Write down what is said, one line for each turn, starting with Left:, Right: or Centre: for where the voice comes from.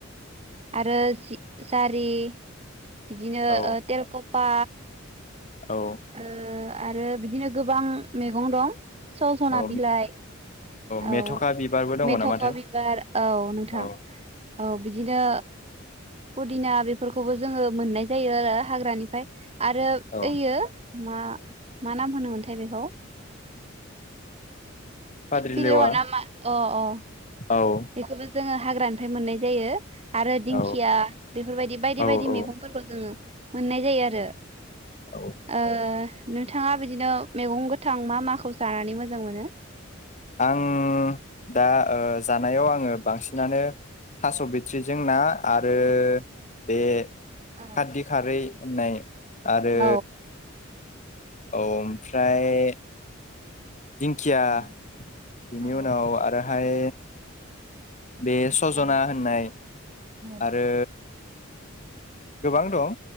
Right: आरो जारि। बिदिनो
Left: औ
Right: तेलखफा।
Left: औ
Right: ओ आरो। बिदिनो गोबां मैगं दं सजना
Left: औ
Right: बिलाइ
Left: मेथ'खा
Right: औ
Left: बिबारबो दङ
Right: मेथ'खा
Left: नामाथाय
Right: बिबार औ नोंथां।
Left: औ
Right: औ बिदिनो पुदिना बेफोरखौबो जोङो मोननाय जायो आरो हाग्रानिफ्राय आरो
Left: औ
Right: ओयो मा मा नाम होनोमोनथाय बेखौ
Left: फाद्रिलेवा
Right: खिफिलेवा नामा अ अ
Left: औ
Right: बेखौबो जोङो हाग्रानिफ्राय मोननाय जायो‌। आरो दिंखिया
Left: औ
Right: बेफोरबायदि बायदि
Left: औ
Right: बायदि
Left: औ
Right: मेगंफोरखौ जोङो मोननाय जायो आरो।
Left: औ
Right: ओ नोंथाङा बिदिनो मेगं गोथां मा माखौ जानानै मोजां मोनो।
Left: आं दा ओ जानायाव आङो बांसिनानो थास' बिथ्रिजों ना आरो बे
Right: औ
Left: खारदै खारै होननाय आरो
Right: औ
Left: औ ओमफ्राय दिंखिया
Right: औ
Left: बेनि
Right: औ
Left: उनाव आरो हाय बे सज'ना
Right: औ
Left: होननाय
Right: औ
Left: आरो गोबां दं